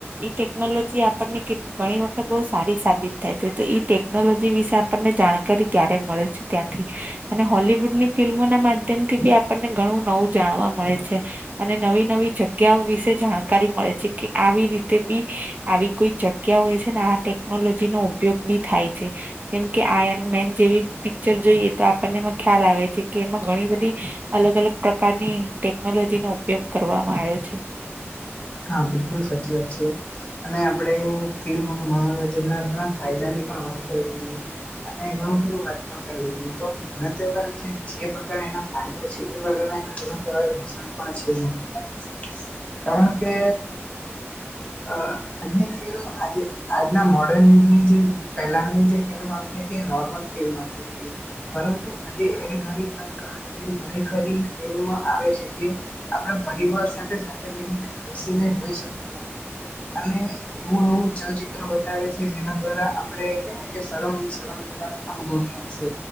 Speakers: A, on the right; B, on the left.
A: ટેકનોલોજી આપણને કે ઘણી વખત બોહ સારી સાબિત થાય છે તો એ ટે ટેકનોલોજી વિશે આપણને જાણકારી ત્યારે મળે છે ત્યાંથી અને હોલીવુડની ફિલ્મો ના માધ્યમ થી બી આપણને ઘણું નવું જાણવા મળે છે અને નવી નવી જગ્યાઓ વિશે જાણકારી મળે છે કે આવી રીતે બી આવી કોઈ જ ક્યા હોય છે ને આ ટેકનોલોજી નો ઉપયોગ બી થાય છે જેમ કે આયન મેન જેવી પિક્ચર જોઈએ તો આપણને એમાં ખ્યાલ આવે છે કે એમાં ઘણી બધી અલગ અલગ પ્રકારની ટેકનોલોજી નો ઉપયોગ કરવામાં આવ્યો છે
B: હા બિલકુલ સાચી વાત છે અને આપણે ફિલ્મ મનોરંજન ના ફાયદા ની પણ વાત કરી લીધી અને ઘણું ખરું વા કરવી તી તો મને તો એવું લાગે છે જે પ્રકાર ણા એના ફાયદા છે એ પ્રકાર નાં એના ઘણા ખરા નુકસાન પણ છે એના કારણ કે અ અજની ફિલ્મ આજે આજના મોડર્ન યુગની જે પહેલાની જે ફિલ્મ આવતી હતી એ નોર્મલ ફિલ્મ આવતી હતી પરંતુ આજે એણી ખની <unintelligible> એવી ઘણી ખરી ફિલ્મ આવે છે જે આપણા પરિવાર સાથે સાથે બેહીને સીને જોઈ શકતા નથી અને એવું એવું ચલચિત્ર બતાવે છે જેના દ્વારા આપદે કેવું કે શરમ શરમજનક અનુભવ થાય છે